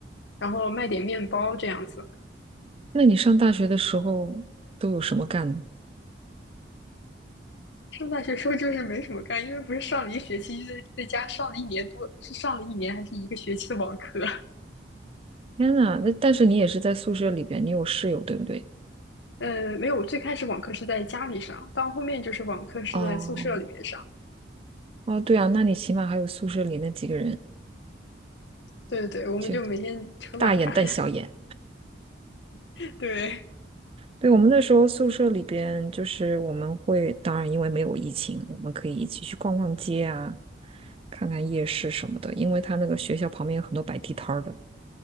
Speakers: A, on the left; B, on the right.
A: 然后卖点面包这样子。
B: 那你上大学的时候都有什么干的？
A: 上大学时候就是没什么干，因为不是上了一学期，就在在家上了一年多，是上了一年还是一个学期的网课。
B: 天呐，那但是你也是在宿舍里边，你有室友对不对？
A: 呃，没有，我最开始网课是在家里上，到后面就是网课是在宿舍里面上。
B: 哦哦，对啊，那你起码还有宿舍里那几个人，
A: 对对对，我们就每天扯卵谈。
B: 就大眼瞪小眼。
A: <laughs> 对，
B: 对，我们那时候宿舍里边，就是我们会，当然因为没有疫情，我们可以一起去逛逛街啊，看看夜市什么的。因为他那个学校旁边有很多摆地摊儿的，